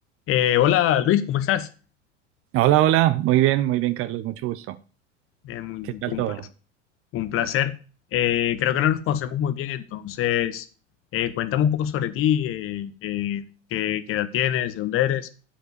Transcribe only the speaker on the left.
Eh, hola Luis, ¿cómo estás?
Eh, muy-
un
placer. un placer. Eh, creo que no nos conocemos muy bien, entonces eh, cuéntame un poco sobre ti, eh, eh, qué, qué edad tienes, de dónde eres,